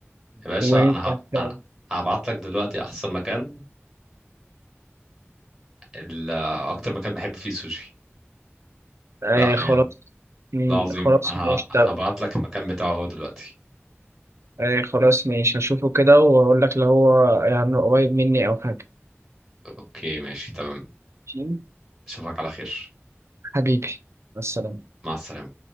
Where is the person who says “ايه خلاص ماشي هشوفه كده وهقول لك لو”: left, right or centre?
Right